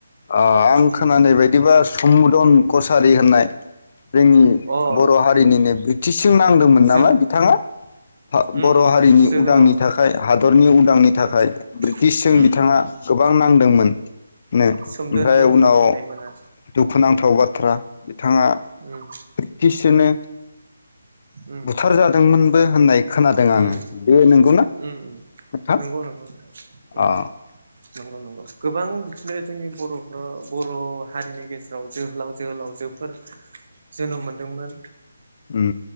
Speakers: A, on the left (about 40°); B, on the right (about 50°).
A: आं
B: उम
A: खोनानाय बायदिबा सम जन कसारि होननाय जोंनि
B: अ
A: बर' हारिनिनो ब्रिटिशजों नांदोंमोन नामा
B: जोहो
A: बिथाङा फा
B: उम
A: बर'
B: उम
A: हारिनि
B: उम जोहोलाव
A: उदांनि थाखाय हादरनि उदांनि
B: उम
A: थाखाय। ब्रिटिशजों
B: उम
A: बिथाङा गोबां नांदोंमोन। ओमफ्राय
B: सोमदोन जोहोलाव
A: उनाव
B: होननाय मोना
A: दुखुनांथाव बाथ्रा बिथाङा
B: उम
A: ब्रिटिसनो
B: उम
A: बुथार जादोंमोनबो होननाय खोनादों
B: उम
A: आङो बे नंगौना
B: उम उम
A: नोंथां
B: नंगौ नंगौ नोंथां उम
A: अ
B: नंगौ नंगौ गोबां बिदिनो जोंनि ब बर बर' हारिनि गेजेराव लाव जो लाव जोहोलावजोफोर जोनोम मोनदोंमोन
A: उम